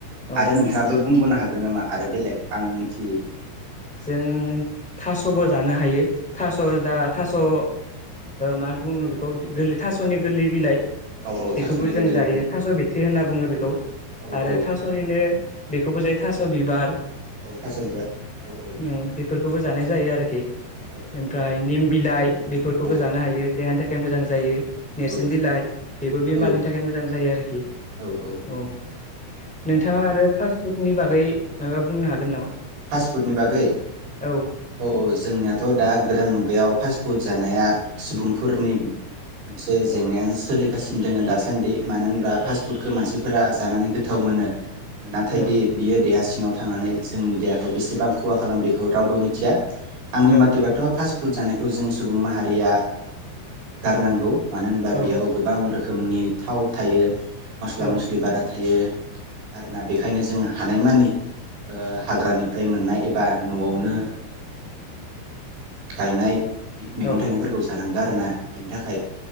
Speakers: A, in the centre; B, on the right (about 60°).
A: औ
B: आरो नोंथाङाबो बुंबावनो हागोन नामा आरो बेलेग आं मिथियि
A: जों थास'बो जानो हायो थास'
B: औ
A: दा थास' ओ मार बुङो बेखौ गोरलै थास'नि गोरलै बिलाइ।
B: औ औ
A: बेखौबो
B: थास' बेलेग
A: जों
B: बेलेग
A: जायो
B: बुङो
A: थास' बिथ्रि होनना बुङो बेखौ
B: औ
A: आरो
B: औ
A: थास'निनो बेखौबो जायो थास बिबार
B: औ थास' बिबार औ औ
A: ओम बेफोरखौबो जा नाय जायो आरोखि
B: औ औ
A: ओमफ्राय निम बिलाइ बेफोरखौबो
B: औ
A: जानो हायो देहानि थाखाय मोजां जायो नेरसोन
B: औ
A: बिलाइ बेबो
B: औ
A: बेमारनि
B: औ
A: थाखाय मोजां जायो आरोखि
B: ओमफ्राय
A: औ नोंथाङा आरो फास्ट फुड नि बागै माबा बुंनो हागोन नामा?
B: फास्ट फुडनि बागै
A: औ
B: औ औ जोंनियाथ' दा गोदान मुगायाव फास्ट पुड जानाया सुबुंफोरनि मोनसे जेंनायानो सोलिगासिनो दोङो दासान्दि मानो होनब्ला फास्ट
A: औ
B: फुडखौ मानसि फोरा जानानै गोथाव मोनो। नाथाय
A: औ
B: बि बियो देयास सिङाव थांनानै जोंनि देहा आव बेसेबां खहा खालामो बेखौ रावबो मिथिया। आंनि
A: औ
B: मटेबाथ' फास्ट फुद जानायखौ जों सुबुं माहारिया गारनांगौ। मानो होनब्ला
A: औ
B: बेयाव गोबां रोख खोमनि थाव थायो। मस्ला
A: औ
B: मस्लि बारा थायो। दा बेखायनो जोङो हानायमानि। ओ हाग्रानि फ्राय मोननाय। एबा न'आवनो। गायनाय मैगं
A: औ
B: थाइगंफोरखौ जानांगोन। आरोना बिनि थाखाय।